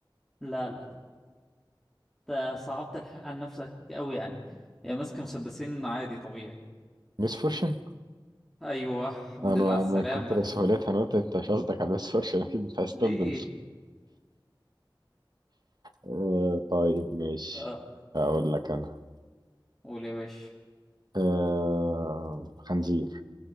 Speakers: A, in the centre; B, on the right.
A: لا لا انت صعبت الحق عن نفسك قوي يعني يا ماسك مسدسين عادي طبيعي
B: ميس فورشن
A: ايوه الحمد
B: انا
A: لله على السلامة
B: من كتر سهولتها انا قلت انت مش قصدك على ميس فورشن اكيد انت عايز تبدل
A: ليه
B: آه طيب ماشي
A: اه
B: اقول لك انا
A: قول يا باشا
B: آه خنزير